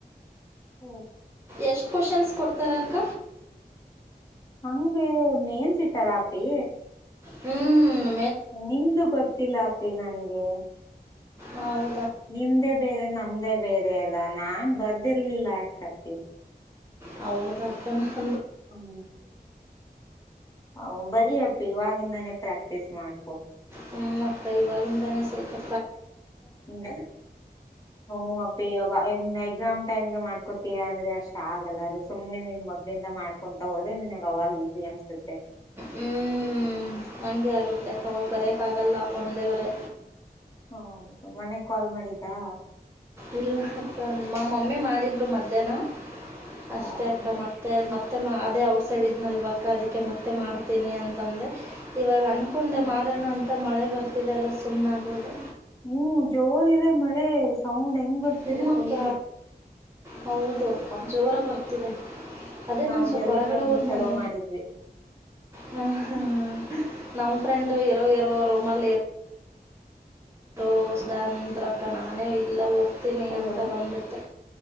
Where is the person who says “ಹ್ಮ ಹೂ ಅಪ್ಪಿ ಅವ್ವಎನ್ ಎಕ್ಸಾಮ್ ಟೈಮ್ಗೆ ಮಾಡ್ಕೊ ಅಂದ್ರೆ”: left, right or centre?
Left